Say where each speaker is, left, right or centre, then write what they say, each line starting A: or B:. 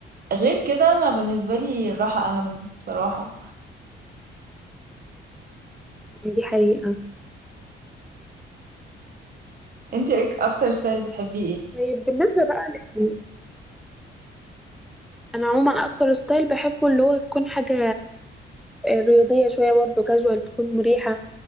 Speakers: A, on the right; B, in the centre.
A: غير كده انا بالنسبة لي الراحة اهم بصراحة
B: دي حقيقه
A: <laughs> انتي اك- اكتر ستايل بتحبيه ايه
B: طيب بالنسبه بقى ل- انا عموما اكتر ستايل بحبه اللي هو تكون حاجه آه، رياضيه شويه برضه كاجوال تكون مريحه